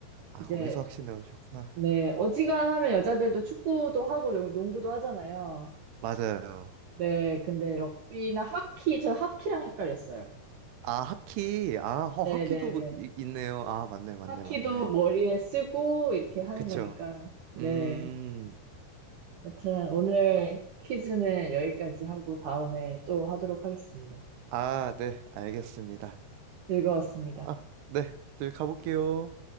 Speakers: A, on the right; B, on the right.
A: 아
B: 이제,
A: 거기서 확신을 얻으셨구나.
B: 네. 어지간하면 여자들도 축구도 하고 농- 농구도 하잖아요.
A: 맞아요.
B: 네. 근데 럭비나 하키, 전 하키랑 헷갈렸어요.
A: 아, 하키. 아, 허, 하키도
B: 네네네.
A: 이- 있네요. 아, 맞네, 맞네,
B: 하키도
A: 맞네.
B: 머리에 쓰고 이렇게 하는
A: 그쵸?
B: 거니까. 네.
A: 음,
B: 여튼 오늘 퀴즈는 여기까지 하고 다음에 또 하도록 하겠습니다.
A: 아, 네, 알겠습니다.
B: 즐거웠습니다.
A: 아, 네, 저희 가볼게요.